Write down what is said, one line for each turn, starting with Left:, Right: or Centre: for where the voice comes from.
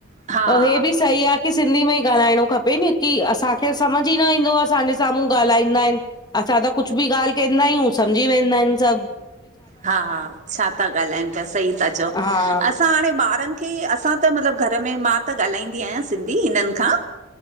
Right: हा
Left: त हे बि सही आ की सिंधी में ई ॻाल्हाइणो खपे नी की असांखे सम्झ ई न ईंदो आ, असांजे साम्हूं ॻाल्हाईंदा आहिन। असां त कुछ बि ॻाल्ह कंदा आहियूं सम्झी वेंदा आहिन सभ।
Right: हा छा था ॻाल्हाइन पया सही था चओ
Left: हा
Right: असां हाणे ॿारन की असां त मतलब घर में मां त ॻाल्हाईंदी आहियां सिंधी हिनन खां